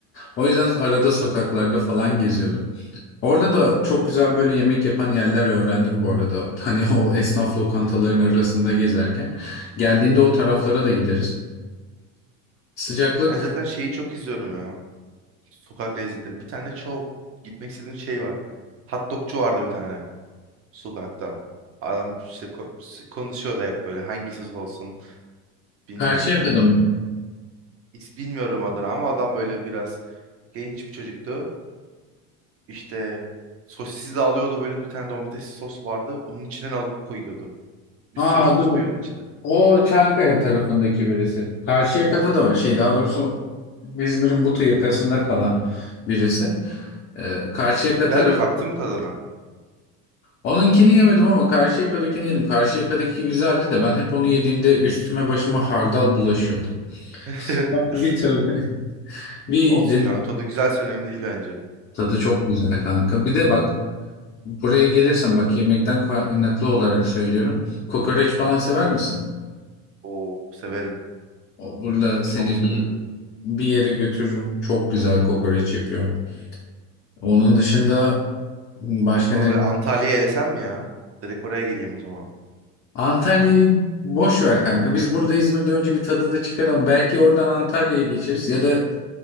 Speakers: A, on the left; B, on the right.
A: O yüzden arada sokaklarda falan geziyordum. Orada da çok güzel böyle yemek yapan yerler öğrendim bu arada. <laughs> Hani o esnaf lokantaların arasında gezerken. Geldiğinde o taraflara da gideriz. Sıcaklık
B: Ben zaten şeyi çok izliyorum ya. Sokak lezzetlerini. Bir tane çok gitmek istediğim şey var. Hot dogcu vardı bir tane. sokakta. Adam işte ko- s- konuşuyor da hep böyle hangisi olsun bilmem
A: Karşıyaka'da
B: ne.
A: mı?
B: Hiç bilmiyorum adını ama adam böyle biraz genç bir çocuktu. İşte sosisi de alıyordu böyle bir tane domates sos vardı. Onun içinden alıp koyuyordu. Bir
A: Aa
B: sürü sos
A: dur.
B: koyuyordu içine.
A: O Çankaya tarafındaki birisi. Karşıyaka'da da var. Şey daha doğrusu İzmir'in Butu yakasında kalan birisi. Ee, Karşıyaka
B: Güzel
A: tarafı.
B: mi? Baktın mı tadına?
A: Onunkini yemedim ama Karşıyaka'dakini yedim. Karşıyaka'daki güzeldi de ben hep onu yediğimde üstüme başıma hardal bulaşıyordu.
B: <laughs>
A: <laughs> Bir tövbe. Bir
B: Olsun
A: de
B: ya tadı güzelse önemli değil bence.
A: tadı çok güzel kanka. Bir de bak buraya gelirsen bak yemekten kaynaklı olarak söylüyorum. Kokoreç falan sever misin?
B: Oo severim.
A: O, burada seni
B: Çok severim.
A: bir bir yere götürürüm. Çok güzel kokoreç yapıyor. Onun dışında başka
B: O zaman
A: neresi?
B: ben Antalya'ya elesem mi ya? Direkt oraya geleyim o zaman.
A: Antalya'yı boş ver kanka. Biz burada İzmir'de önce bir tadını çıkaralım. Belki oradan Antalya'ya geçeriz. Ya da